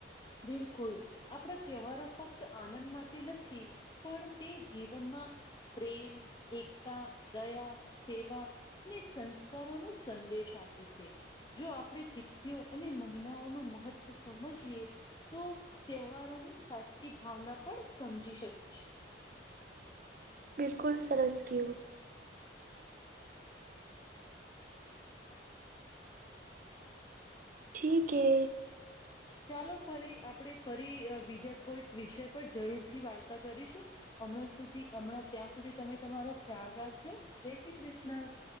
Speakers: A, on the left; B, on the right.
A: બિલકુલ આપણા તહેવારો ફક્ત આનંદ માટે નથી. પણ તે જીવનમાં પ્રેમ એકતા દયા સેવા ને સંસ્કારો નો સંદેશ આપે છે. જો આપણે તિથિઓ અને મહિનાઓનું મહત્ત્વ સમજીએ તો તહેવારોની સાચી ભાવના પણ સમજી શકીશુ
B: બિલકુલ સરસ કુ ઠીક એ
A: ચાલો ફરી આપણે ફરી બીજા કોઈક વિષય પર જરૂરથી વાર્તા કરીશુ હમણાં સુધી હમણાં ત્યાં સુધી તમે તમારો ખ્યાલ રાખજો જય શ્રી કૃષ્ણ